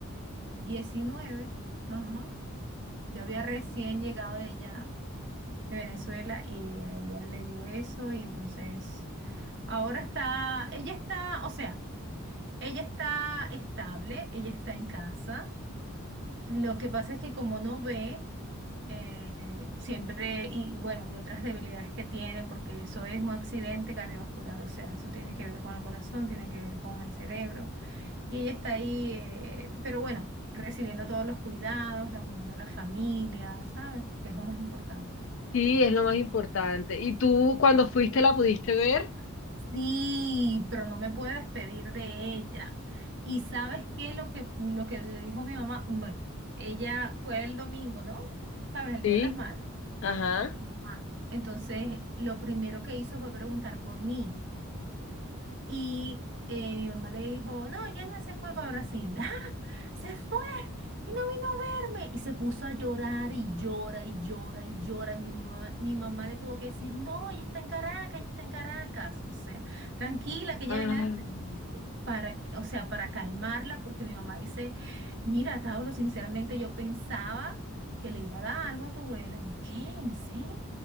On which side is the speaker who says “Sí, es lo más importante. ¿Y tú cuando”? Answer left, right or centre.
Left